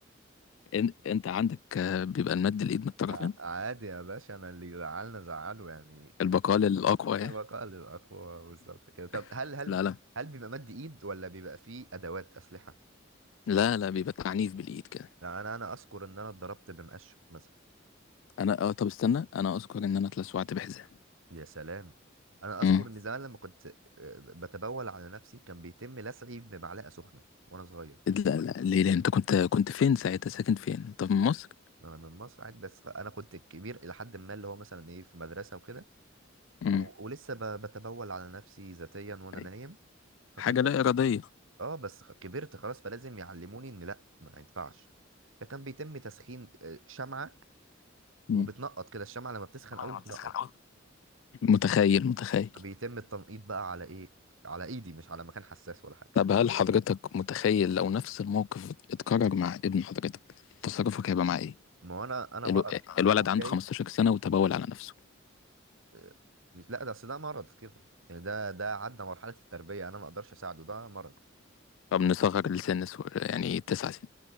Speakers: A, on the left; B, on the right.
A: إن... أنت عندك آه، بيبقى المد الإيد من الطرفين
B: ع- عادي يا باشا انا اللي زعلنا زعله يعني
A: البقال الأقوى يعني
B: بقاء للأقوى بالظبط كده طب
A: <laughs>
B: هل هل
A: لا لا
B: هل بيبقى مد ايد ولا بيبقى فيه ادوات اسلحه
A: لا لا بيبقى تعنيف بالايد كده
B: لا انا انا اذكر ان انا اتضربت بمقشف مثلا
A: انا اه طب استنى انا اذكر ان انا اتلسعت بحزام
B: يا سلام انا اذكر
A: امم
B: ان زمان لما كنت آه، بتبول على نفسي كان بيتم لسعي بمعلقه سخنه وانا صغير
A: لا لا ليه لأ، انت كنت كنت فين ساعتها ساكن فين انت في مصر
B: انا من مصر عادي بس انا كنت كبير الى حد ما اللي هو مثلا ايه في مدرسه وكده
A: امم
B: و- ولسه ب- بتبول على نفسي ذاتيا وانا نايم
A: أيوة.
B: فكان
A: حاجه لا اراديه
B: اه بس خ- كبرت خلاص فلازم يعلموني ان لا ما ينفعش فكان بيتم تسخين آه، شمعة وبتنقط
A: امم
B: كده الشمعة لما بتسخن
A: طبعا
B: قوي
A: لما
B: بتنقط
A: بتسخن أوي. متخيل متخيل
B: بيتم التنقيط بقى على ايه على ايدي مش على مكان حساس ولا حاجة
A: طب هل حضرتك متخيل لو نفس الموقف اتكرر مع ابن حضرتك تصرفك هيبقى مع ايه
B: ما هو انا انا
A: الو...
B: بقرف
A: الولد
B: وشايف
A: عنده 15 سنه وتبول على نفسه
B: آه، مش لا ده اصل ده مرض كده يعني ده ده عدى مرحلة التربية انا ما اقدرش اساعده ده مرض
A: طب نصغر لسن سو- يعني تسع سنين